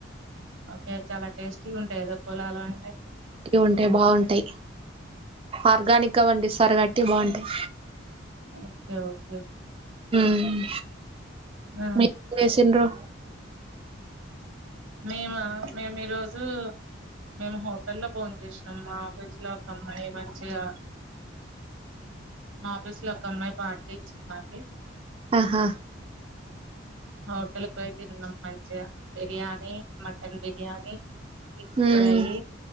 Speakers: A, on the right; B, on the right.
A: ఓకే చాలా టేస్టీగుంటాయి కదా పొలాలు అంటే
B: ఉంటాయి బాగుంటాయి ఆర్గానిక్ గా పండిస్తారు కాబట్టి బావుంటాయి
A: ఓకే ఓకే
B: మ్
A: ఆ
B: మీ <unintelligible> సిండ్రు
A: మేమ మేము ఈరోజు మేము హోటల్ లో బోన్ చేసినాం మా ఆఫీస్ లో ఒక అమ్మాయి మంచిగా మా ఆఫీస్ లో ఒక అమ్మాయి పార్టీ ఇచ్చింది మాక్.
B: ఆహా
A: హోటల్ పోయి తిన్నాం మంచిగా biryani mutton biryani fish
B: um
A: fry